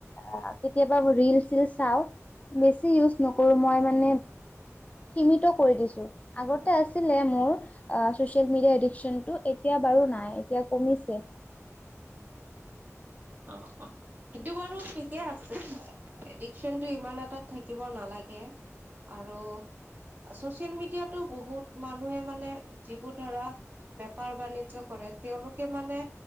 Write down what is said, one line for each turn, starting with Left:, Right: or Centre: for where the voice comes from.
Left: অ কেতিয়াবা ৰিল চিল চাও, বেছি ইউজ নকৰো মই মানে সীমিত কৰি দিছো আগতে আছিলে মোৰ অ ছচিয়েল মিডিয়া এডিকচনটো এতিয়া বাৰু নাই এতিয়া কমিছে।
Right: অ অ। সেইটো বাৰু ঠিকে আছে, এ এডিকচনটো ইমান এটাত থাকিব নালাগে। আৰু ছচিয়েল মিডিয়াতো বহুত মানুহে মানে যিবোৰ ধৰা বেপাৰ - বাণিজ্য কৰে, তেওঁলোকে মানে